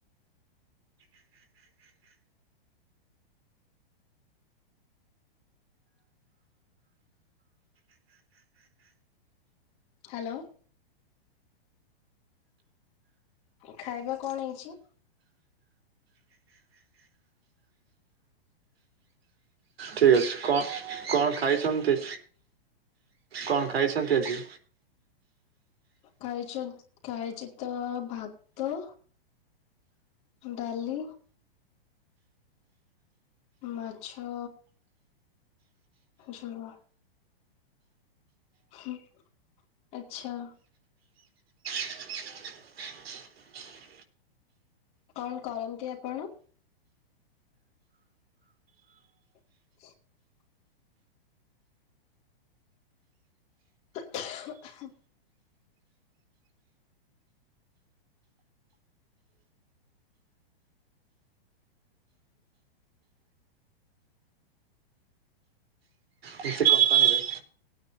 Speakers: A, on the left (about 20°); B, on the right (about 80°).
A: ହାଲୋ। ଖାଇବା କଣ ହେଇଛି।
B: ଠିକ୍ ଅଛି କଣ କଣ ଖାଇଛନ୍ତି କଣ ଖାଇଛନ୍ତି ଆଜି।
A: ଖାଇଚି ଖାାଇଚି ତ ଭାତ ଡାଲି। ମାଛ। ଝୋଳ। ହୁଁ ଆଚ୍ଛା।
B: <inaudible>
A: କଣ କରନ୍ତି ଆପଣ? <inaudible> <inaudible>
B: ଭିସୁ କମ୍ପାନୀରେ।